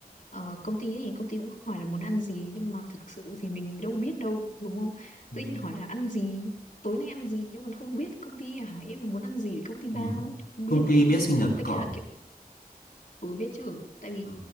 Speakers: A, on the left; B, on the left.
A: ờ, công ty ấy công ty cũng hỏi là muốn ăn gì nhưng mà thực sự thì mình đâu biết đâu đúng không
B: Ừ.
A: tự nhiên hỏi là ăn gì tối nay ăn gì nhưng mà không biết công ty hỏi em là muốn ăn gì thì công ty bao
B: Ừ.
A: thì không
B: Công
A: biết
B: ty biết sinh nhật của
A: với
B: cậu
A: cả
B: à?
A: kiểu ừ biết chứ tại vì
B: Ừ.